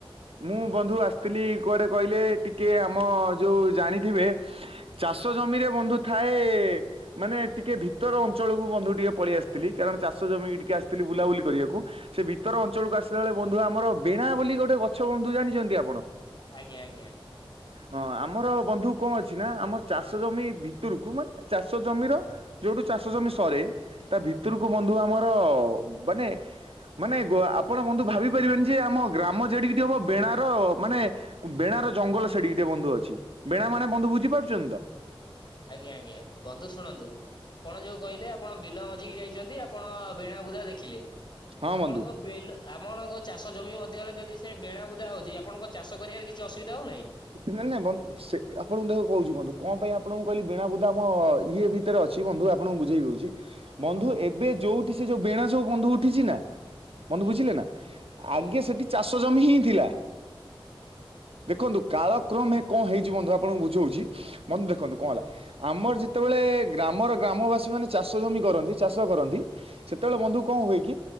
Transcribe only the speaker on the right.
ମୁଁ ବନ୍ଧୁ ଆସିଥିଲି କୁଆଡ଼େ କହିଲେ ଟିକିଏ ଆମ ଯେଉଁ ଜାଣିଥିବେ ଚାଷ ଜମିରେ ବନ୍ଧୁ ଥାଏ ମାନେ ଟିକେ ଭିତର ଅ ଅଞ୍ଚଳକୁ ବନ୍ଧୁ ଟିକେ ପଳେଇ ଆସିଥିଲି କାରଣ ଚାଷ ଜମିକି ଟିକିଏ ଆସିଥିଲ ବୁଲାବୁଲି କରିବାକୁ ସେ ଭିତର ଅଞ୍ଚଳକୁ ଆସିଲା ବେଳେ ବନ୍ଧୁ ଆମର ବେଣା ବୋଲି ଗୋଟେ ଗଛ ବନ୍ଧୁ ଜାଣିଛନ୍ତି ଆପଣ
ହଁ ଆମର ବନ୍ଧୁ କଣ ଅଛି ନା ଆମ ଚାଷ ଜମି ଭିତରକୁ ମାନେ ଚାଷ ଜମିର ଯୋଉଠୁ ଚାଷ ଚା ଜମି ସରେ ତା ଭିତରକୁ ବନ୍ଧୁ ଆମର ମାନେ ମାନେ ଆପଣ ବନ୍ଧୁ ଭାବି ପାରିବେନି ଯେ ଆମ ଗ୍ରାମ ଯେଠିକି ହବ ବେଣାର ମାନେ ବେଣା ର ଜଙ୍ଗଲ ସେଠି ଗୋଟେ ବନ୍ଧୁ ଅଛି ବେଣା ମାନେ ବନ୍ଧୁ ବୁଝପାରୁଛନ୍ତି ତ
ହଁ
ବନ୍ଧୁ।
ନେନେ ବନ୍ଦୁ ସେ ଆପଣଙ୍କୁ ଦେଖକୁ କହୁଛି ବନ୍ଧୁ କଣ ପାଇଁ ଆପଣଙ୍କୁ କହିଲି ବେଣା ବୁଦା ଆମ ଇଏ ଭିତରେ ଅଛି ବନ୍ଧୁ ଆପଣଙ୍କୁ ବୁଝେଇ ଦଉଛି ବନ୍ଧୁ ଏବେ ଯୋଉଠି ସେ ଯୋଉ ବେଣା ସୋଉ ବନ୍ଧୁ ଉଠିଛି ନା ବନ୍ଧୁ
ବୁଝିଲେ ନା
ଆଗେ ସେଠି ଚାଷ ଜମି ହିଁ ଥିଲା <inaudible> ଦେଖନ୍ତୁ କାଳ କ୍ରମେ କଣ ହେଇଛି ବନ୍ଧୁ ଆପଣଙ୍କୁ ବୁଝଉଛି ବନ୍ଧୁ ଦେଖନ୍ତୁ କଣ ହେଲା ଆମର ଯେତେବେଳେ ଗ୍ରାମର ଗ୍ରାମବାସୀ ମାନେ ଚାଷ ଜମି କରନ୍ତି ଚାଷ କରନ୍ତି ସେତେବେଳେ ବନ୍ଧୁ କଣ ହୁଏ କି